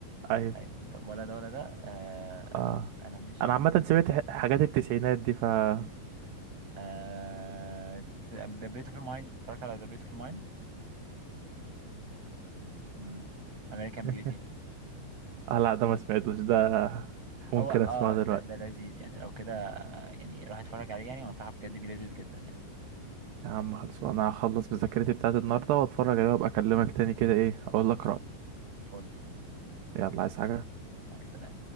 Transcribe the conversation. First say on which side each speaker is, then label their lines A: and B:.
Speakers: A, on the right; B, on the right.
A: ايوه
B: ايوه طب ولا ده ولا ده آه
A: اه
B: انا مش
A: انا
B: من
A: عامه
B: الناس
A: سمعت ح- حاجات التسعينات دي فسمعته
B: آه بيوتيفول مايند اتفرجت على ذا بيوتيفول مايند امم امريكان
A: <laughs>
B: بيوتي
A: اه لا ده ما سمعتوش ده ممكن
B: هو اه
A: اسمعه دلوقتي
B: ده ده لذيذ يعني لو كده يعني روح اتفرج عليه يعني وانصحك بجد بيه لذيذ جدا يعني
A: يا عم خلصوا انا هخلص بذاكرتي بتاعت النهارده واتفرج عليها وابقى اكلمك تاني كده ايه اقول لك رأيي
B: فل
A: يلا عايز حاجة
B: لا سلام